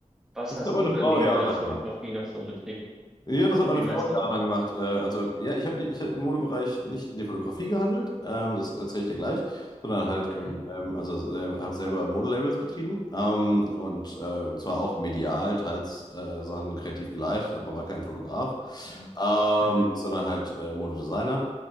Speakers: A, in the centre; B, on the left (about 30°).
A: was
B: Das
A: hast
B: hat meine
A: du denn
B: Frau
A: neben
B: jahrelang
A: der Fotografie
B: gemacht.
A: noch so betrieben?
B: Ja, das hat meine
A: Wie meinst
B: Frau
A: du?
B: jahrelang gemacht. Äh, also, ja, ich habe nicht, ich hab im Modebereich nicht in die Fotografie gehandelt, ähm, das erzähle ich dir gleich, sondern halt,
A: Mhm.
B: ähm, ähm, also äh, habe selber Modelabels betrieben ähm, und äh, zwar auch medial, teils äh, Sachen kreativ geleitet, aber war kein Fotograf,
A: Mhm.
B: ähm,
A: Mhm.
B: sondern halt äh, Modedesigner.